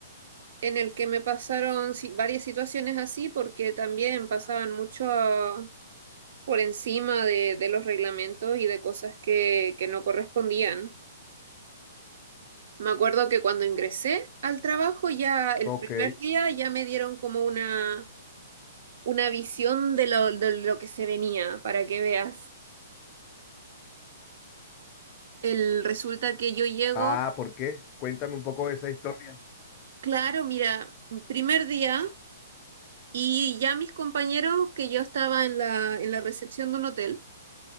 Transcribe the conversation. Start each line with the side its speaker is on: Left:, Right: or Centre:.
Right: en el que me pasaron si- varias situaciones así porque también pasaban mucho a- por encima de, de los reglamentos y de cosas que, que no correspondían. Me acuerdo que cuando ingresé al trabajo ya el
Left: Ok,
Right: primer día ya me dieron como una, una visión de lo, de lo que se venía para que veas. El, resulta que yo llego,
Left: Ah, ¿por qué? Cuéntame un poco de esa historia.
Right: claro, mira, primer día y ya mis compañeros que yo estaba en la, en la recepción de un hotel.